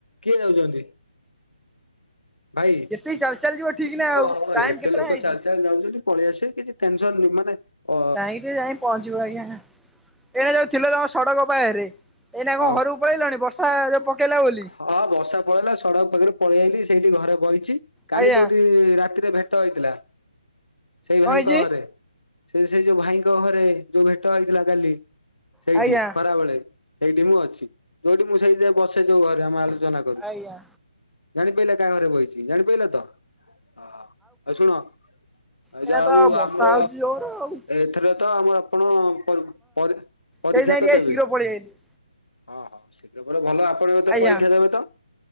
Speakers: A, on the left (about 80°); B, in the centre.
A: କିଏ ଯାଉଚନ୍ତି? ଭାଇ
B: ଯେତିକି ଚାଲି ଚାଲି ଯିବ ଠିକ ନା ଆଉ
A: ଓ
B: ଟାଇମ
A: ଏତେ
B: କେତେଟା
A: ଲୋକ
B: ହେଇଛି?
A: ଚାଲି ଚାଲି ଯାଉଚନ୍ତି ପଳେଇ ଆସିବ କିଛି ଟେନସନ ନାଇ ମାନେ ଅ
B: ଟାଇମ ରେ ଯାଇକି ପହଞ୍ଚିବ ଆଜ୍ଞା। ଏଇଟା ଯୋଉ ଥିଲ ତମ ସଡ଼କ ବାହାରେ ଏଇଟା
A: ହଁ
B: କଣ ଘରୁକୁ ପଳେଇଲଣି ବର୍ଷା ଯଉ ପକେଇଲା ବୋଲି?
A: ହଁ ବର୍ଷା ପଳେଇଲା। ସଡ଼କ ପାଖରେ ପଳେଇଆଇଲି। ସେଇଠି ଘରେ ବଇଚି କାଲି
B: ଆଜ୍ଞା
A: ଯୋଉଠି ରାତିରେ ଭେ ଟ ହେଇଥିଲା ସେଇ
B: କଣ
A: ଭାଇଙ୍କ
B: ହେଇଛି?
A: ଘରେ। ସେ ସେଇ ଯୋଉ ଭାଇଙ୍କ ଘରେ ଯୋଉ ଭେଟ ହେଇଥିଲା କାଲି ସେଇଠି
B: ଆଜ୍ଞା
A: ଖରା ବେଳେ। ସେଇଠି ମୁଁ ଅଛି। ଯୋଉଠି ମୁଁ ସେଇଠୀ ଯାଇ ବସେ ଯୋଉ ଘରେ ଆମେ ଆଲୋଚନା
B: ଆଜ୍ଞା।
A: ଜାଣିପାରିଲ କାହା ଘରେ ବଇଚି। ଜାଣି ପାରିଲେ ତ ଆଉ ଶୁଣ। ଆଉ
B: ଏଇନା
A: ଯା
B: ତ
A: ହୋଉ
B: ବର୍ଷା
A: ଆମର
B: ହଉଛି ଜୋର ଆଉ।
A: ଏଥିରେ ତ ଆମର ଆପଣପର, ପରି ପରୀକ୍ଷା
B: ସେଇଜାକେ
A: ତ
B: ଟିକେ
A: ଦେବେ
B: ଶୀଘ୍ର ପଳେଇଆଇଲି।
A: ହଁ ହଁ। ଶୀଘ୍ର ପରେ ଭଲ ଆପଣ ତ
B: ଆଜ୍ଞା
A: ପରୀକ୍ଷା ଦେବେ ତ?